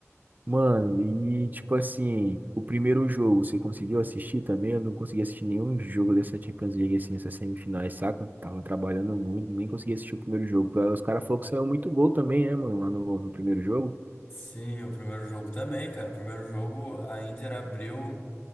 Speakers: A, on the right; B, on the left.
A: Mano, e tipo assim, o primeiro jogo, você conseguiu assistir também? Eu não consegui assistir nenhum jogo dessa Champions League, assim, essas semifinais, saca? Tava trabalhando muito, nem consegui assistir o primeiro jogo. Os caras falaram que saiu muito gol também, né, mano, lá no, no primeiro jogo.
B: Sim, o primeiro jogo também, cara. O primeiro jogo a Inter abriu.